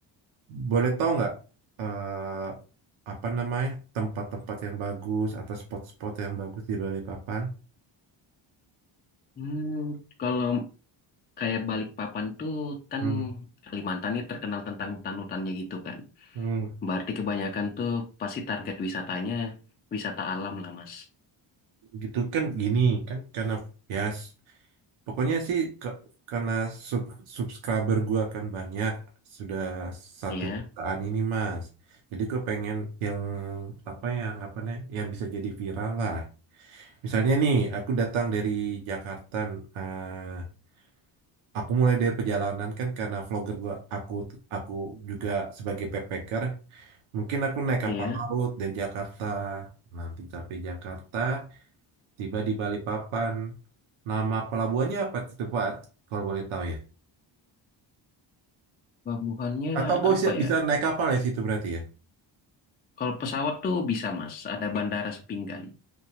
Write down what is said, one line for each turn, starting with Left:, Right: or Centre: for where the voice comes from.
Right: Boleh tahu nggak eh, apa namanya tempat-tempat yang bagus atau spot-spot yang bagus di Bali Papan?
Left: Hmm, kalau kayak Balikpapan tuh kan
Right: Hmm.
Left: Kalimantan nih terkenal tentang hutan-hutannya gitu kan.
Right: Hmm.
Left: Berarti kebanyakan tuh pasti target wisatanya wisata alam lah Mas.
Right: Gitu kan gini kan karena ya Pokoknya sih ke- karena sub subscriber gua kan banyak sudah satu
Left: Iya,
Right: jutaan ini Mas. Jadi gue pengen yang apa ya anggapannya yang bisa jadi viral lah. Misalnya nih aku datang dari Jakarta, eh, aku mulai dari perjalanan kan karena vlogger gua aku aku juga sebagai backpacker. Mungkin aku naik kapal
Left: iya.
Right: laut dari Jakarta, nanti sampai Jakarta, tiba di Balikpapan. Nama pelabuhannya apa itu Pak? Kalau boleh tahu ya.
Left: Pelabuhannya
Right: Atau bos
Left: apa
Right: ya- bisa
Left: ya?
Right: naik kapal ya situ berarti ya.
Left: Kalau pesawat tuh bisa Mas, ada bandara Sepinggan.